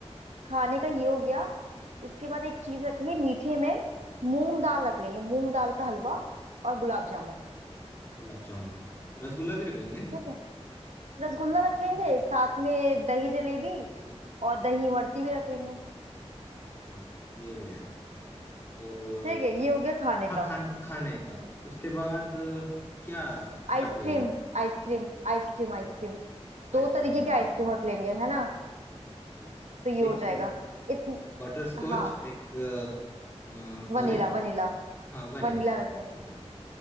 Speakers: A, on the right (about 80°); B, on the left (about 20°).
A: खाने का ये हो गया इसके बाद एक चीज रखिए मीठे में मूंग दाल रख लेंगे मूंग दाल का हलवा और गुलाब जामुन
B: गुलाब जामुन रसगुल्ला भी रख लेंगे
A: ठीक है रसगुल्ला रख लेंगे
B: हाँ
A: साथ में दही जलेबी और दही इमरती भी रख लेंगे
B: हाँ ये बढ़िया है और अ,
A: ठीक है ये हो गया खाने
B: हाँ
A: का
B: खान खाने का उसके बाद अ, क्या बाकी
A: Ice cream
B: रह गया
A: ice cream ice cream ice cream
B: हाँ
A: दो
B: आइसक्रीम
A: तरीके
B: आइसक्रीम
A: के आइसक्रीम
B: हाँ,
A: रख लेंगे है ना
B: ठीक है
A: तो ये हो
B: एक
A: जाएगा इतन
B: बटर स्कॉच
A: हाँ
B: एक अ, अ,
A: वनीला
B: और एक
A: वनीला
B: हाँ वनीला
A: वनीला रख लेंगे
B: ठीक है